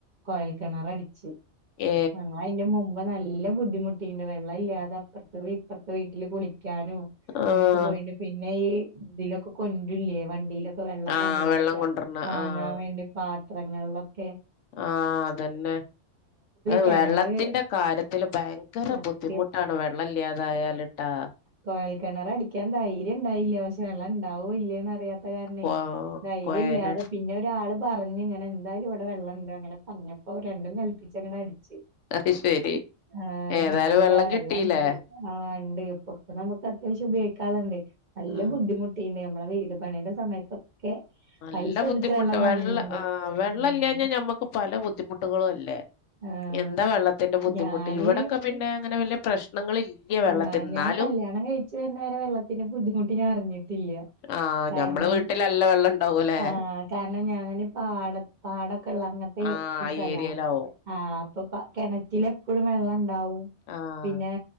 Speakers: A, on the right (about 50°); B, on the left (about 75°).
A: കൊഴൽ കിണറ് അടിച്ച്
B: ഏ
A: ഞങ്ങളയിന്റെ മുമ്പ നല്ല ബുദ്ധിമുട്ടിണ്ട് വെള്ളം ഇല്ലാതെ അപ്പർത്ത് വീ ഇപ്പർത്ത് വീട്ടില് കുളി വക്കാനും
B: ആ
A: ങ്ങനൊക്കെ പോയിണ്ട് പിന്നെ ഈ ഇതിലൊക്കെ കൊൻ്റുല്ല്യേ വണ്ടിയിലൊ വെള്ളം
B: ആഹ്
A: കൊൻ്റ്ണതൊക്കെ
B: വെള്ളം കൊണ്ടരണ
A: വാങ്ങാൻ
B: ആഹ്
A: വേണ്ടി പാത്രങ്ങൾലൊക്കെ
B: ആഹ് അതന്നെ അഹ്
A: കെണറ്
B: വെള്ളത്തിന്റെ കാര്യത്തില് ഭയ് ങ്കര
A: സത്യം
B: ബുദ്ധിമുട്ടാണ് വെള്ളം ഇല്ലാതായാല്ട്ടാ
A: കൊയൽകെണർ അടിക്കാൻ ധൈര്യംണ്ടായില്ല പക്ഷെ വെള്ളം ണ്ടാവോ ഇല്ലേന്ന്റിയാ തകാരണയ്
B: കൊ
A: ധൈര്യല്ലാതെ
B: കൊയല
A: പിന്നെ ഒരാള് പറഞ്ഞ് ങ്ങനെ എന്തായാലും വ്ടെ വെള്ളം ഇണ്ട് അങ്ങനെ പറഞ്ഞപ്പോ രണ്ടും കൽപ്പിച്ചങ്ങടിച്ച്
B: അത് ശരി
A: ആഹ് അൽഹംദുലില്ല
B: ഏതായാലും വെള്ളം
A: വെള്ളണ്ട്
B: കിട്ടിയില്ലേ
A: ആ ണ്ട് ഇപ്പൊപ്പ നമ്മക്ക് അത്യാവശ്യം ഉപയോഗിക്കാള്ളണ്ട് നല്ല
B: ആഹ്
A: ബുദ്ധിമു കിട്ടീണ്ട് നമ്മളെ വീട് പണിയ്ടെ സമയത്തൊക്കെ
B: നല്ല
A: പൈസ കൊടുത്ത്
B: ബുദ്ധിമുട്ട്
A: വെള്ളം
B: വെള്ള
A: വാങ്ങിയിണ്ട്.
B: ആ വെള്ളംല്ലാഞ്ഞാ
A: ഉം
B: ഞമ്മക്ക് പല ബുദ്ധിമുട്ടുകളും അല്ലേ
A: ആഹ്
B: എന്താ വെള്ളത്തിന്റെ ബുദ്ധിമുട്ട്
A: ഞാന്
B: ഇവിടൊക്കെ പിന്നെ അങ്ങനെ വല്യാ പ്രശ് നങ്ങളില്ല വെള്ളതിന്നാലും
A: ആഹ് ഞാൻ <unintelligible> വരെ വെള്ളത്തിന്റെ ബുദ്ധിമുട്ട് ഞാൻ അറിഞ്ഞിട്ടില്ല
B: ആ
A: കാരണം
B: ഞമ്മളെ വീട്ടിലല്ല വെള്ളം ണ്ടാവൊലെ
A: ആഹ് കാരണം, ഞാന് പാട പാടൊക്കള്ളങ്ങത്തേ
B: ആഹ്
A: ഒരു
B: ആ
A: സലാ.
B: ഏരിയയിലാവും
A: ആ അപ്പൊ പ കെണറ്റില് എപ്പൊഴും വെള്ളം ണ്ടാവും
B: ആഹ്
A: പിന്നേ